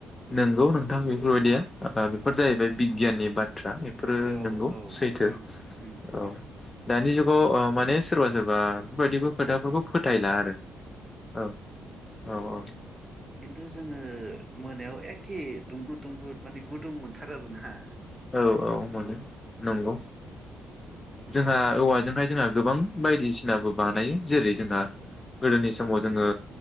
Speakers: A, on the left; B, on the right.
A: नंगौ
B: अ
A: नोंथां बेफोर बायदिया। ओ बेफोर
B: औ
A: जाहैबाय बिगियाननि बाद फ्रा बेफोरो
B: औ
A: नोंगौ
B: औ
A: सैथो
B: उम उम
A: औ दानि जुगाव ओ माने सोरबा सोरबा बेबादिखौ खोथा फोरखौ फोथायला आरो। औ औ औ।
B: खिन्थु जोङो ओ मोनायाव एखे दुंब्रुद दुंब्रुद माने गुदुं मोनथारो आरोना।
A: औ औ मोनो नंगौ। जोंहा औवा जोंहाय जोंहा गोबां बायदि सिनाबो बानायो जेरै जोंहा गोदोनि
B: औ
A: समाव जोङो